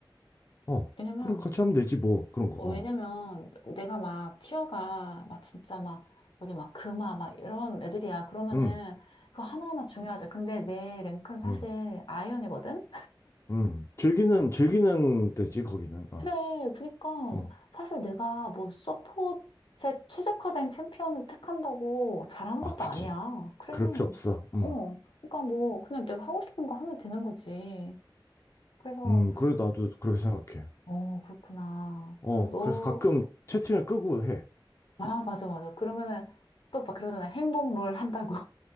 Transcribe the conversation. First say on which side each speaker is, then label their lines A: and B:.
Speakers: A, on the left (about 35°); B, on the left (about 75°).
A: 어,
B: 왜냐면
A: 그래, 같이 하면 되지, 뭐. 그런 거,
B: 어,
A: 어.
B: 왜냐면 내가 막 티어가 막 진짜 막 여기 막 금화 막 이런 애들이야. 그러면은
A: 응,
B: 그거 하나하나 중요하지. 근데 내 랭크는 사실
A: 응,
B: 아이언이거든?
A: 응. 즐기는, 즐기는 데지, 거기는. 어,
B: 그래, 그니까
A: 어.
B: 사실 내가 뭐 서폿에 최적화된 챔피언을 택한다고 잘하는
A: 아,
B: 것도
A: 굳이.
B: 아니야. 그래.
A: 그럴 필요 없어. 음,
B: 어, 그러니까 뭐 그냥 내가 하고 싶은 거 하면 되는 거지. 그래서
A: 음, 그래, 나도 그렇게 생각해.
B: 어, 그렇구나.
A: 어,
B: 그래, 너,
A: 그래서 가끔 채팅을 끄고 해.
B: 아, 맞아, 맞아. 그러면은 또 막 그러잖아. 행복 롤 한다고.